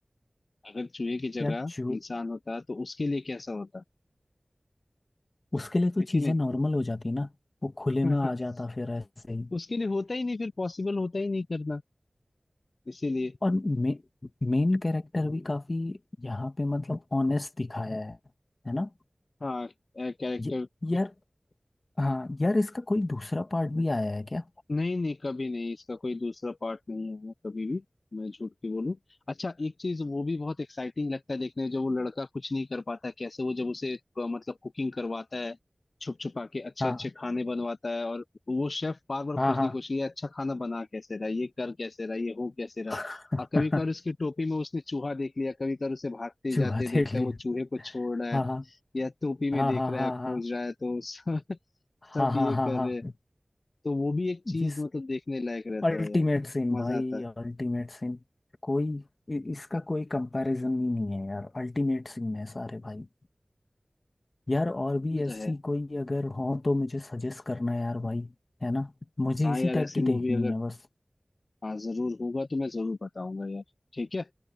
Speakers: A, on the left; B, on the left.
A: अगर चूहे की जगह
B: यार जो
A: इंसान होता तो उसके लिए कैसा होता
B: उसके लिए तो
A: है
B: चीज़ें
A: कि नहीं
B: नॉर्मल हो जाती ना वो खुले
A: <laughs>
B: में आ जाता फिर ऐसे ही
A: उसके लिए होता ही नहीं फिर पॉसिबल होता ही नहीं करना इसीलिए
B: और मे, मेन कैरेक्टर भी काफ़ी यहाँ पे मतलब ऑनेस्ट दिखाया है है ना
A: हाँ कैरेक्टर
B: ये यार हाँ यार इसका कोई दूसरा पार्ट भी आया है क्या
A: नहीं नहीं कभी नहीं इसका कोई दूसरा पार्ट नहीं आया कभी भी मैं झूठ के बोलूं अच्छा एक चीज वो भी बहुत एक्साइटिंग लगता है देखने में, जब वो लड़का कुछ नहीं कर पाता है कैसे वो जब उसे अ, मतलब कुकिंग करवाता है छुप छुपा के अच्छे
B: हाँ
A: अच्छे खाने बनवाता है और वो शेफ बार बार
B: हाँ
A: खोजने
B: हाँ
A: की कोशिश ये अच्छा खाना बना कैसे रहा ये कर कैसे रहा ये हो कैसे रहा
B: <laughs>
A: और कभी कभार उसकी टोपी में उसने चूहा देख लिया कभी कभार उसे भागते
B: चूहा
A: जाते देखता
B: देख लिया
A: है वो चूहे को छोड़ रहा है
B: हाँ
A: या टोपी में
B: हाँ
A: देख
B: हाँ
A: रहा
B: हाँ
A: है खोज
B: हाँ
A: रहा है तो सब <laughs> सब
B: हाँ हाँ
A: ये
B: हाँ हाँ
A: कर
B: हाँ
A: रहे हैं
B: हाँ।
A: तो वो भी एक चीज
B: ये
A: मतलब देखने लायक रहता
B: अल्टीमेट
A: है यार
B: सिन भाई
A: मजा आता है
B: अल्टीमेट सिन कोई इ- इसका कोई कंपैरिजन ही नहीं है यार अल्टीमेट सिन है सारे भाई यार और भी
A: ये तो
B: ऐसी
A: है
B: कोई अगर हो तो मुझे सजेस्ट करना यार भाई है ना मुझे
A: हाँ
B: इसी
A: यार
B: टाइप
A: ऐसी
B: की देखनी
A: मूवी अगर
B: है बस
A: हाँ जरूर होगा तो मैं जरूर बताऊंगा यार ठीक है